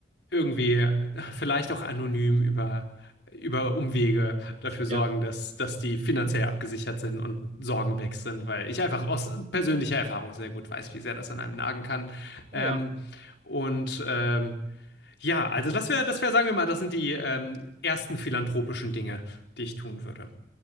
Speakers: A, on the left (about 70°); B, on the right (about 40°).
A: irgendwie vielleicht auch anonym über über Umwege dafür sorgen,
B: Ja,
A: dass, dass die finanziell abgesichert sind und Sorgen weg sind, weil ich einfach aus persönlicher Erfahrung sehr gut weiß, wie sehr das an einem nagen kann.
B: oh
A: Ähm,
B: ja,
A: und ähm, ja, also das wäre, das wäre, sagen wir mal, das sind die ähm, ersten philanthropischen Dinge, die ich tun würde.